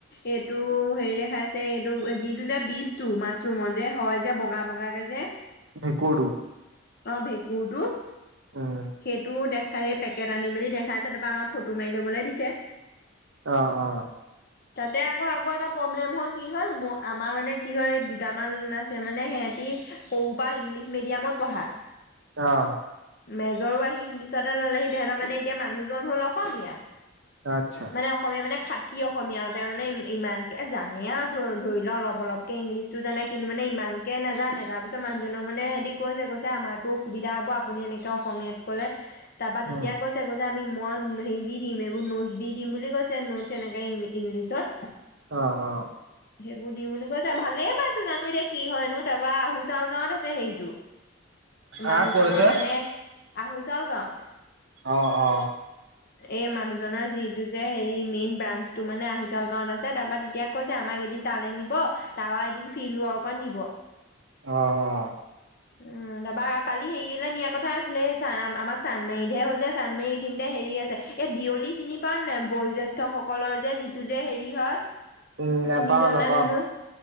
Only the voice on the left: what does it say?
এইটো হেৰি দেখাইছে, এইটো যিটো যে বীজ টো মাছৰুমৰ যে হয় যে বগা বগাকে যে। যে,
অ', ভেঁকুৰটো,
সেইটো দেখাই পেক কেট আনি মেলি দেখাইছে, তাৰপৰা আমাক ফটো মাৰি ল'বলৈ দিছে।
তাতে আকৌ, আকৌ এটা প্ৰব্লেম হ'ল কি হ'ল, ম আমাৰ মানে কি হ'ল এই দুটামান আছে মানে সিহঁতি, সৰুৰ পৰা ইংলিছ মেডিয়ামত পঢ়া।
মেজৰো আহি ইংলিছতে ল'লেহি, তেহেঁতৰ মানে এতিয়া মানুহজন হ'ল অসমীয়া।
মানে অসমীয়া মানে খাটি অসমীয়া, তাৰমানে ই ইমানকৈ জানে আৰু ধৰি লও অলপ অলপ ইংলিছতো জানে কিন্তু মানে ইমানকে নাজানে, তাৰপিছত মানুহজনক মানে সিহঁতি কৈছে, কৈছে আমাৰ টো অসুবিধা হ'ব, আপুনি এনেকে অসমীয়াত ক'লে। তাৰপা তেতিয়া
কৈছে, কৈছে আমি মই হেৰি দিম এইবোৰ নো দি দিম বুলি কৈছে নোষ্ট এনেকে ইংলিছত।
সেইবোৰ দিম বুলি কৈছে, ভালেই পাইছোঁ জানো এতিয়া কি হয়েনো, তাৰপৰা আহু চাউল গাঁৱত আছে হেৰিটো। মানুহজনৰ
মানে, আহো চাউল গাঁৱত।
এই মানুহজনৰ, যিটো যে হেৰি মেইন ব্ৰাঞ্চটো মানে আহুচাউল গাঁৱত আছে, তাৰপৰা তেতিয়া কৈছে আমাক এদিন তালৈ নিব, তাৰপৰা এদিন ফিল্ড ৱৰ্কত নিব।
উম্, তাৰপা কালি হেৰিয়লৈ নিয়াৰ কথা আছিলে, চ আমাক চান্দমাৰিতহে হৈছে, চান্দমাৰি এইখিনিতে হেৰি আছে। এই বিয়লি চিনি পাৱনে নাই, বয়োজ্যেষ্ঠ সকলৰ যে যিটো যে হেৰি হয়।
শুনিছন
নাই জানোঁ।